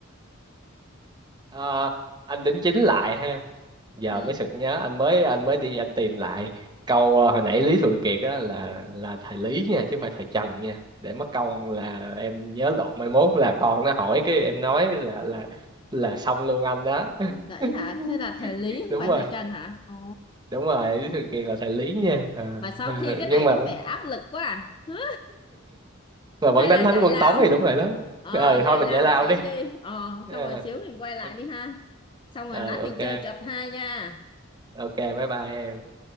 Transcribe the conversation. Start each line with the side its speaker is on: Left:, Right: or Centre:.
Right: Ờ, anh đính chính lại ha giờ
Left: ừ
Right: mới sực nhớ anh mới anh mới đi anh tìm lại câu ờ, hồi nãy Lý Thường Kiệt á là là thầy Lý nha chứ không phải thầy Trần nha để mất công là em nhớ lộn mai mốt là con nó hỏi cái em nói là là là xong luôn anh đó
Left: vậy
Right: <laughs>
Left: hả thế là thời lý không
Right: đúng
Left: phải
Right: rồi
Left: thời trần hả ồ
Right: đúng rồi Lý Thường Kiệt là thầy Lý nha à,
Left: mà sao
Right: ờ,
Left: thi cái
Right: nhưng
Left: này
Right: mà
Left: có vẻ áp lực quá à <laughs>
Right: mà vẫn
Left: hay
Right: đánh
Left: là
Right: thắng
Left: giải
Right: quân
Left: lao
Right: Tống thì đúng rồi đó
Left: ờ
Right: ừ
Left: giải
Right: thôi mình
Left: lao
Right: giải lao
Left: một tí
Right: đi
Left: đi ờ
Right: Ờ,
Left: xong rồi xíu mình quay lại
Right: ok
Left: đi ha xong rồi
Right: Ờ,
Left: lát mình
Right: ok
Left: chơi chập hai nha
Right: ok bye bye em